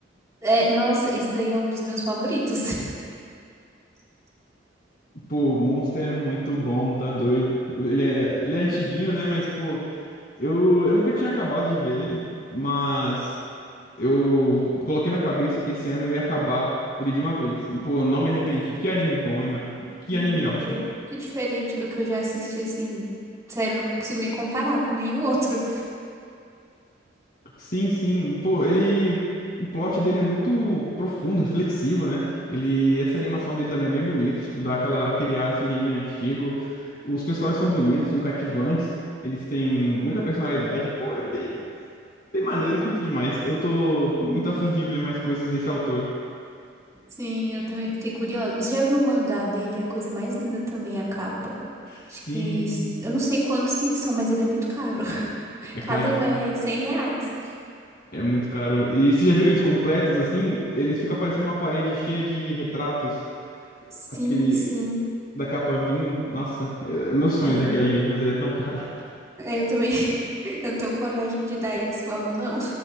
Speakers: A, on the right (about 15°); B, on the left (about 50°).
A: É, nossa, esse daí é um dos meus favoritos. <laughs>
B: Pô, Monster é muito bom, tá doido. Ele é, ele é antiguinho, né? Mas, pô. Eu, eu nunca tinha acabado de ver ele, mas eu coloquei na cabeça que esse ano eu ia acabar ele de uma vez. E, pô, eu não me arrependi. Que anime bom, hein, mano? Que
A: Ele
B: anime ótimo.
A: é muito diferente do que eu já assisti, assim. Sério, eu não consigo nem comparar com nenhum outro.
B: Sim, sim. Pô, ele. O plot dele é muito profundo, reflexivo, né? Ele. Essa animação dele também é bem bonita, tipo, dá aquela, aquele ar assim de anime antigo. Os personagens são bonitos, são cativantes, eles têm muita personalidade. Pô, é bem, bem maneiro, curto demais. Eu tô
A: Uhum.
B: muito afim de ver mais coisas desse autor.
A: Sim, eu também fiquei curiosa. Você já viu o mangá dele? É a coisa mais linda também, a capa.
B: Sim.
A: Acho que... Eu não sei quantos que são, mas ele é muito caro. <laughs>
B: É
A: Cada
B: caríssimo.
A: um é 100 reais.
B: É muito caro. E você já viu eles completos assim? Eles ficam parecendo uma parede cheia de retratos.
A: Sim,
B: Aquele
A: sim.
B: da capa vinho. Nossa, é meu sonho
A: É.
B: é ter aquele ali, mas ele é tão caro.
A: É, eu também. <laughs> Eu não tenho coragem de dar esse valor, não.